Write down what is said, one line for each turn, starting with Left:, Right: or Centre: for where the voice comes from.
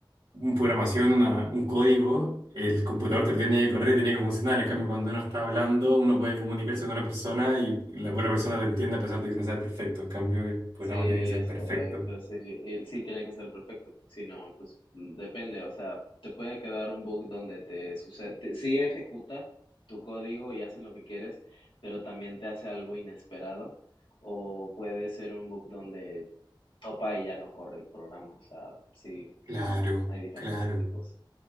Right: un programación, una, un código, el computador te lo tiene que correr, tiene que funcionar. En cambio, cuando uno está hablando, uno puede comunicarse con una persona y la otra persona te entiende a pesar de que no sea perfecto. En cambio, el programa
Left: Sí,
Right: tiene que ser
Left: es
Right: perfecto.
Left: correcto, sí, y sí tiene que ser perfecto, porque si no, pues mm, depende, o sea, te puede quedar un bug donde te sucede, te- sí ejecuta tu código y hace lo que quieres, pero también te hace algo inesperado, o puede ser un bug donde topa y ya no corre el programa, o sea, sí,
Right: Claro,
Left: hay diferentes
Right: claro.
Left: tipos.